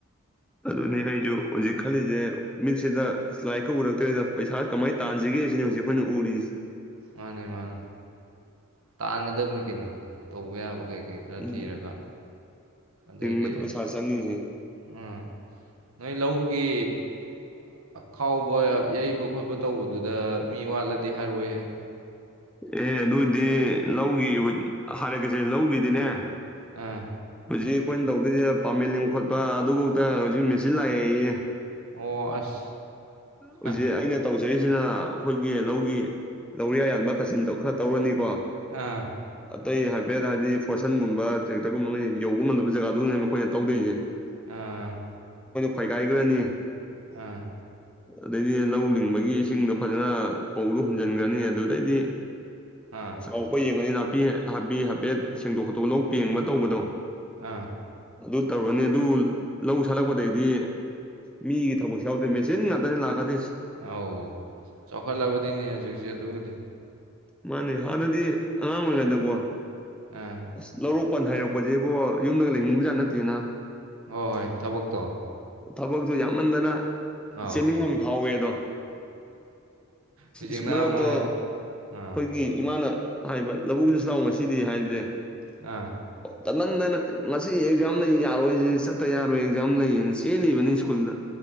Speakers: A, in the centre; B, on the right (about 85°).
A: ꯑꯗꯨꯅꯦ ꯑꯩꯖꯨ ꯍꯧꯖꯤꯛ ꯈꯜꯂꯤꯁꯦ ꯃꯤꯠꯁꯤꯗ ꯂꯥꯢꯔꯤꯛꯀ ꯎꯔꯛꯇ꯭ꯔꯦꯗ ꯄꯩꯁꯥ ꯀꯃꯥꯏꯅ ꯇꯥꯟꯁꯤꯒꯦ ꯁꯤꯅꯤꯛ ꯍꯧ ꯑꯩꯈꯣꯏꯅ ꯎꯔꯤꯖꯦ
B: ꯃꯥꯅꯦ ꯃꯥꯅꯦ ꯇꯥꯡꯒꯗꯕꯅꯤ ꯀꯩꯅꯣ ꯇꯧꯕ ꯌꯥꯕ ꯀꯩ ꯀꯩ ꯈꯔ
A: ꯎꯝ
B: ꯊꯤꯔꯒ ꯑꯗꯩꯗꯤ
A: ꯍꯤꯡꯕꯗ ꯄꯩꯁꯥ ꯆꯪꯉꯤꯅꯦꯍꯦ
B: ꯎꯝ ꯅꯣꯏ ꯂꯧꯒꯤ ꯈꯥꯎꯕ ꯌꯩꯕ ꯈꯣꯠꯄ ꯇꯧꯕꯗꯨꯗ ꯃꯤ ꯋꯥꯠꯂꯗꯤ ꯍꯥꯏꯔꯣꯏꯍꯦ
A: ꯑꯦ ꯑꯗꯨꯏꯗꯤ ꯂꯧꯒꯤ ꯍꯥꯏꯔꯛꯀꯁꯦ ꯂꯧꯒꯤꯗꯤꯅꯦ
B: ꯑ
A: ꯍꯧꯖꯤꯛ ꯑꯩꯈꯣꯏꯅ ꯇꯧꯗꯣꯏꯁꯦ ꯄꯥꯝꯜꯂꯤꯕ ꯈꯣꯠꯄ ꯑꯗꯨꯐꯧꯗ ꯍꯧꯖꯤꯛ ꯃꯦꯆꯤꯟ ꯂꯥꯛꯑꯦ ꯑꯩꯌꯦ
B: ꯑꯣ ꯑꯁ
A: ꯍꯧꯖꯤꯛ
B: ꯍ,
A: ꯑꯩꯅ ꯇꯧꯖꯩ ꯁꯤꯅ ꯑꯩꯈꯣꯏꯒꯤ ꯂꯧꯒꯤ ꯂꯧꯔꯤꯌꯥ ꯌꯥꯟꯕ ꯈꯥꯆꯤꯟꯗ ꯈꯔ ꯇꯧꯔꯅꯤꯀꯣ
B: ꯑꯝ
A: ꯑꯇꯩ ꯍꯥꯏꯐꯦꯠ ꯍꯥꯏꯕꯗꯤ ꯐꯣꯔꯁꯟꯒꯨꯝꯕ ꯇ꯭ꯔꯦꯛꯇꯔꯒꯨꯝꯕ ꯃꯣꯏꯅ ꯌꯧꯕ ꯉꯝꯗ ꯖꯒꯥꯗꯨꯅ ꯃꯈꯣꯏꯅ ꯇꯧꯗꯣꯏꯔꯤꯁꯦ
B: ꯑ
A: ꯐꯣꯏꯒꯥꯏꯈ꯭ꯔꯅꯤ
B: ꯑꯝ
A: ꯑꯗꯩꯗꯤ ꯂꯧ ꯂꯤꯡꯕꯒꯤ ꯏꯁꯤꯡꯗꯣ ꯐꯖꯅ ꯐꯧꯗꯣ ꯍꯨꯟꯖꯤꯟꯈ꯭ꯔꯅꯤ ꯑꯗꯨꯗꯩꯗꯤ
B: ꯑꯥ
A: ꯆꯥꯎꯄ ꯌꯦꯡꯉꯅꯤ ꯅꯥꯄꯤ ꯍꯥꯕꯤ ꯍꯥꯏꯐꯦꯠ ꯁꯦꯡꯗꯣꯛ ꯈꯣꯠꯇꯣꯛ ꯂ ꯄꯦꯡꯕ ꯇꯧꯕꯗꯣ
B: ꯑꯥ
A: ꯑꯗꯨ ꯇꯧꯔꯛꯅꯤ ꯑꯗꯨ ꯂꯧ ꯁꯥꯠꯂꯛꯄꯗꯩꯗꯤ ꯃꯤꯒꯤ ꯊꯕꯛ ꯌꯥꯎꯗꯣꯏ ꯃꯦꯆꯤꯟ ꯉꯥꯛꯇꯗꯤ ꯂꯥꯛꯀꯗꯣꯏ
B: ꯑꯧ ꯆꯥꯎꯈꯠꯂꯕꯗꯤꯅꯦ ꯍꯧꯖꯤꯛꯁꯦ ꯑꯗꯨꯕꯨꯗꯤ
A: ꯃꯥꯅꯦ ꯍꯥꯟꯅꯗꯤ ꯑꯉꯥꯡ ꯑꯣꯏꯔꯤꯉꯩꯗꯀꯣ
B: ꯑꯥ
A: ꯑꯁ ꯂꯧꯔꯣꯛꯄꯥꯟ ꯍꯥꯏꯔꯛꯄꯁꯦꯕꯣ ꯌꯨꯝꯗꯒ ꯂꯩꯅꯤꯡꯕꯖꯥꯠ ꯅꯠꯇꯦꯅ
B: ꯍꯣꯏ ꯍꯣꯏ ꯊꯕꯛꯇꯣ
A: ꯊꯕꯛꯁꯨ ꯌꯥꯝꯃꯟꯗꯅ
B: ꯑꯧ
A: ꯆꯦꯟꯅꯤꯡꯕ ꯑꯃ ꯐꯥꯎꯋꯦ ꯑꯗꯣ
B: ꯍꯧꯖꯤꯛꯅ
A: ꯁ ꯃꯔꯛꯇ
B: ꯑꯃꯨꯛ
A: ꯑꯩꯈꯣꯏꯒꯤ
B: ꯑꯥ
A: ꯏꯃꯥꯅ ꯍꯥꯏꯕ ꯂꯧꯕꯨꯗ ꯂꯥꯎ ꯉꯁꯤꯗꯤ ꯍꯥꯏꯕꯁꯦ
B: ꯑ
A: ꯇꯠꯍꯟꯗꯅ ꯉꯁꯤ ꯑꯦꯛꯖꯥꯝ ꯂꯩ ꯌꯥꯔꯣꯏꯁꯤ ꯆꯠꯇ ꯌꯥꯔꯣꯏ ꯑꯦꯛꯖꯥꯝ ꯂꯩꯌꯦꯅ ꯆꯦꯜꯂꯤꯕꯅꯤ ꯁ꯭ꯀꯨꯜꯗ